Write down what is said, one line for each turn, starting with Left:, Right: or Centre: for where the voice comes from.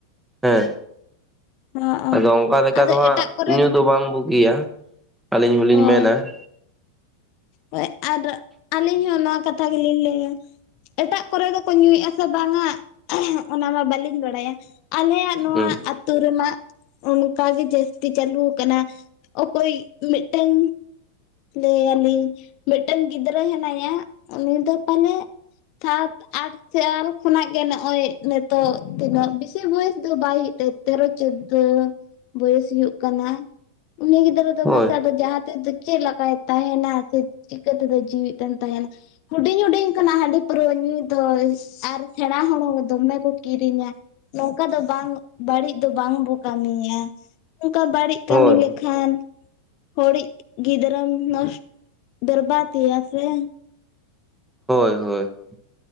Centre: ᱦᱮᱸ,
Left: ᱦᱚᱸᱜᱼᱚ
Centre: ᱟᱫᱚ ᱚᱱᱠᱟ ᱞᱮᱠᱟ
Left: ᱟᱫᱚ
Centre: ᱫᱚ ᱦᱟᱸᱜ
Left: ᱮᱴᱟᱜ ᱠᱚᱨᱮ
Centre: ᱧᱩ ᱫᱚ ᱵᱟᱝ ᱵᱩᱜᱤᱭᱟ ᱾ ᱟᱹᱞᱤᱧ ᱦᱚᱸᱞᱤᱧ
Left: ᱦᱳᱭ
Centre: ᱢᱮᱱᱟ ᱾
Left: ᱦᱳᱭ, ᱟᱨ ᱟᱹᱞᱤᱧ ᱦᱚᱸ ᱱᱚᱣᱟ ᱠᱟᱛᱷᱟ ᱜᱮ ᱞᱤᱧ ᱞᱟᱹᱭᱟ ᱾ ᱮᱴᱟᱜ ᱠᱚᱨᱮ ᱫᱚᱠᱚ ᱧᱩᱭᱮᱜᱼᱟ ᱥᱮ ᱵᱟᱝᱟ ᱚᱱᱟ ᱢᱟ ᱵᱟᱹᱞᱤᱧ ᱵᱟᱲᱟᱭᱟ ᱾ ᱟᱞᱮᱭᱟᱜ ᱱᱚᱣᱟ
Centre: ᱦᱩᱸ
Left: ᱟᱛᱳ ᱨᱮᱢᱟ ᱚᱱᱠᱟ ᱜᱮ ᱡᱟᱹᱥᱛᱤ ᱪᱟᱹᱞᱩ ᱠᱟᱱᱟ ᱾ ᱚᱠᱚᱭ ᱢᱤᱫᱴᱮᱱ ᱞᱟᱹᱭᱟ᱾ ᱞᱤᱧ ᱢᱤᱫᱴᱟᱝ ᱜᱤᱫᱽᱨᱟᱹ ᱦᱮᱱᱟᱭᱟ ᱩᱱᱤ ᱫᱚ ᱯᱟᱞᱮ ᱥᱟᱛ ᱟᱴ ᱥᱟᱞ ᱠᱷᱚᱱᱟᱜ ᱜᱮ ᱱᱚᱜᱼᱚᱭ ᱱᱤᱛᱚᱜ ᱛᱤᱱᱟᱹᱜ ᱵᱮᱥᱤ ᱵᱚᱭᱮᱥ ᱫᱚ ᱵᱟᱭ ᱦᱩᱭᱩᱜ ᱛᱟᱭᱟ ᱛᱮᱨᱚ ᱪᱳᱫᱫᱳ ᱵᱚᱭᱮᱥ ᱦᱩᱭᱩᱜ ᱠᱟᱱᱟ ᱩᱱᱤ ᱜᱤᱫᱟᱹᱨ ᱫᱚ
Centre: ᱦᱳᱭ
Left: ᱢᱟᱥᱮ ᱫᱚ ᱡᱟᱦᱟᱸ ᱛᱤᱥ ᱫᱚ ᱪᱮᱫ ᱞᱮᱠᱟᱭ ᱛᱟᱦᱮᱱᱟ ᱥᱮ ᱪᱤᱠᱟᱹ ᱛᱮᱫᱚ ᱡᱤᱣᱤᱫ ᱮᱢ ᱛᱟᱦᱮᱱᱟ ᱾ ᱦᱩᱰᱤᱧ ᱦᱩᱰᱤᱧ ᱠᱷᱟᱱᱟ ᱦᱟᱺᱰᱤ ᱯᱟᱹᱨᱩᱣᱟᱹᱭ ᱧᱩᱭ ᱫᱚᱭ ᱾ ᱟᱨ ᱥᱮᱬᱟ ᱦᱚᱲ ᱦᱚᱸ ᱫᱚᱢᱮ ᱠᱚ ᱠᱤᱨᱤᱧᱟ ᱾ ᱱᱚᱝᱠᱟ ᱫᱚ ᱵᱟᱝ ᱵᱟᱹᱲᱤᱡ ᱫᱚ ᱵᱟᱝ ᱵᱚ ᱠᱟᱹᱢᱤᱭᱟ, ᱚᱝᱠᱟ ᱵᱟᱹᱲᱤᱡ ᱠᱟᱹᱢᱤ
Centre: ᱦᱳᱭ
Left: ᱞᱮᱠᱷᱟᱱ ᱦᱚᱲᱤᱡ ᱜᱤᱫᱽᱨᱟᱢ ᱱᱚᱥ ᱵᱮᱨᱵᱟᱛ ᱮᱭᱟ ᱥᱮ ᱾
Centre: ᱦᱳᱭ ᱦᱳᱭ ᱦᱳᱭ ᱾